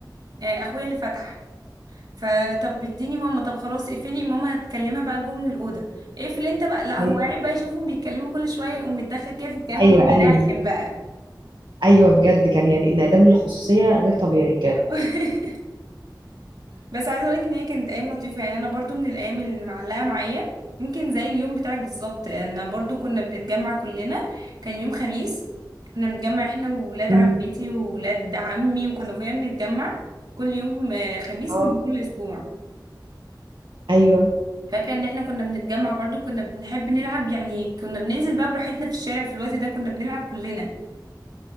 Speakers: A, on the right (about 60°); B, on the right (about 85°).
A: آه آه، اخويا اللي فتح فطب اديني ماما طب خلاص اقفلي ماما هتكلمها بقى جوه من الاوضه اقفل انت بقى لا
B: ايوه
A: هو قاعد بقى يشوفهم بيتكلموا كل شويه يقوم متدخل كده في الكلام
B: ايوه
A: اللي هو بيرخم
B: ايوه
A: بقى
B: ايوه بجد كان يعني انعدام الخصوصيه غير طبيعي بجد
A: <laughs> بس عايزه اقولك ان هي كانت ايام لطيفه يعني انا برضو من الايام اللي معلقه معايا يمكن زي اليوم بتاعك بالظبط انا برضو كنا بنتجمع كلنا كان يوم خميس كنا بنتجمع احنا وولاد
B: مم.
A: عمتي وولاد عمي وكنا كلنا بنتجمع كل يوم آه، خميس
B: اه
A: من كل اسبوع
B: ايوه
A: فاكره ان احنا كنا بنتجمع برضو كنا بنحب نلعب يعني كنا بننزل بقى براحتنا في الشارع في الوقت ده كنا بنلعب كلنا